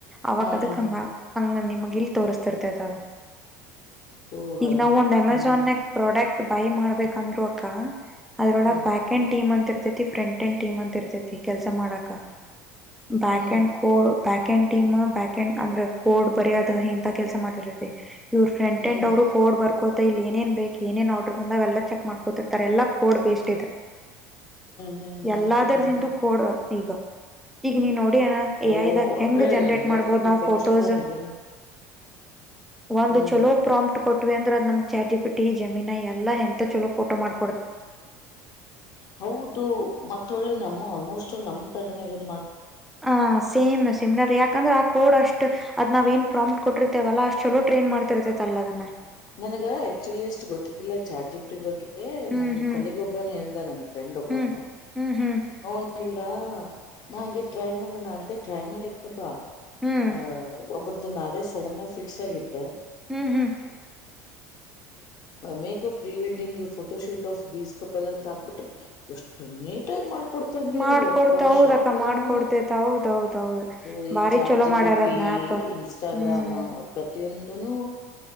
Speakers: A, in the centre; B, on the left.
A: ಅವಾಗ ಅದಕ್
B: ಹಾ
A: ಹಂಗ
B: ಹಾ
A: ಹಂಗ ನಿಮಗ ಇಲ್ ತೋರ್ಸ್ತಿರ್ತತ ಅದ
B: ಓ ಹಂಗೆ
A: ಈಗ ನಾವು ಒಂದ್ ಅಮೆಝಾನಾಗ
B: ಹ್ಮ್
A: ಪ್ರಾಡಕ್ಟ್ ಬೈ ಮಾಡ್ಬೇಕಂದ್ರು ಅಕ್ಕ ಅದ್ರೊಳಗ್
B: ಹ್ಮ್
A: ಬ್ಯಾಕ್ ಆಂಡ್ ಟೀಮ್ ಅಂತ ಇರ್ತೈತಿ ಫ್ರೆಂಡ್ಟಂಡ ಟೀಮ್ ಅಂತ ಇರ್ತೈತಿ ಕೆಲಸ ಮಾಡಾಕ back
B: hmm
A: and
B: hmm
A: code back and team back and ಅಂದ್ರ ಕೋಡ್ ಬರೇದ ಇಂತ ಕೆಲ್ಸ ಮಾಡಿರ್ತಿ ಇವ್ರ ಫ್ರೆಂಟೆಂಡ
B: ಹ್ಮ್
A: ಅವರು ಕೋಡ್ ಬರ್ಕೋತ್ ಇಲ್ಲಿ ಏನೇನ್ ಬೇಕ್ ಏನೇನ್ ಆರ್ಡರ್ ಬಂದವ ಎಲ್ಲಾ ಚೆಕ್ ಮಾಡ್ಕೋತಿರ್ತಾರೆ ಎಲ್ಲ ಕೋಡ್ ಬೇಸ್ಡ ಇದು
B: ಹ್ಮ್ ಹ್ಮ್ ಹ್ಮ್
A: ಎಲ್ಲಾದರದಿಂದ
B: ಹ್ಮ್
A: ಕೋಡ ಈಗ ಈಗ ನೀನ್ ನೋ ನೋಡಿ ಏನು ಎ
B: ಓ
A: ಐ ದಾಗ ಹೆಂಗ್
B: ಅಂದ್ರೆ
A: ಜನ್ರೇಟ್
B: ಎಂಟೈರ್ಲಿ
A: ಮಾಡ್ಬೋದು ನಾವ್
B: ಡಿಪೆಂಡ್ಸ್
A: ಫೋಟೋಸ್
B: ಅಪಾನ್ ಇದನ್ನ
A: ಒಂದು
B: ಹ್ಮ್
A: ಚಲೋ ಪ್ರಾಮ್ಪ್ಟ್ ಕೊಟ್ವಿ ಅಂದ್ರ ನಮ್ ಚಾಟ್ ಜಿಪಿಟಿ ಜೇಮಿನಾಯಿ ಎಲ್ಲಾ ಎಂತ ಚಲೋ ಫೋಟೋ ಮಾಡ್
B: ಹೌದು ಮತ್ತಳ್ಳೆ ನಮ್ಮ ಆಲ್ಮೋಸ್ಟ್ ಆಲ್ ನಮ್ ತರನೇ ಇರುತ್
A: ಹಾ ಸೇಮ್ ಸಿಮ್ನರ್ ಯಾಕಂದ್ರೆ ಆಕ್ ಕೋಡ್ ಅಷ್ಟ್ ಅದ್ ನಾವೇನ್ ಪ್ರಾಮ್ಪ್ಟ್ ಕೊಟ್ಟಿರ್ತೇವಲ್ಲಾ ಅಷ್ಟ್ ಚಲೋ ಟ್ರೈನ್ ಮಾಡ್ತಿರ್ತೈತ ಅಲ್ಲದನ್ನ.
B: ನನಗ ಆಕ್ಚುಲಿ ಅಷ್ಟು ಗೊತ್ತಿದ್ದಿಲ್ಲ ಚಾಟ್ ಜಿಪಿಟಿ ಬಗ್ಗೆ
A: ಹ್ಮ್
B: ನಮ್
A: ಹ್ಮ್
B: ಕೊಲೀಗೊಬ್ಬನ್ ಹೇಳ್ದ ನನ್ ಫ್ರೆಂಡ್
A: ಹ್ಮ್
B: ನ
A: ಹ್ಮ್ ಹ್ಮ್
B: ಅವನಡಾ <unintelligible> ನಾ ಹಂಗೆ ಟ್ರೈ ಮಾಡೋಣ ಅಂತ ಟ್ರೈ ಮಾಡಿದ್ನಪ್ಪಾ
A: ಹ್ಮ್
B: ಅ ಒಬ್ರ್ ದು ಮ್ಯಾರೇಜ್ ಸಡನ್ ಆಗ್ ಫಿಕ್ಸ್ ಆಗಿತ್ತ.
A: ಹ್ಮ್ ಹ್ಮ್.
B: Makeup pre wedding photo shoot of these couple ಅಂತ ಹಾಕ್ಬಿಟ್ರೆ. ಅಷ್ಟು ನೀಟಾಗಿ ಮಾಡ್ ಕುಡ್ತಂದ
A: ಮಾಡ್ಕೊಡ್ತ
B: ಅದು ಯಪ್ಪ
A: ಹೌದಕ್ಕ
B: ಶಾಕ್ ಆದೆ
A: ಮಾಡ್ಕೊಡ್ತೇತ
B: ನಾನ್
A: ಹೌದೌದೌದು
B: ಸೋ ಈ
A: ಬಾರಿ
B: ಚಾಟ್
A: ಚಲೋ
B: ಜಿಪಿಟಿ
A: ಮಾಡ್ಯಾರದ್ ನ
B: ಈ
A: ಆ್ಯಪ್
B: ಇನ್ಸ್ಟಾಗ್ರಾಮ್
A: ಹ್ಮ್
B: ಪ್ರತಿಯೊಂದುನು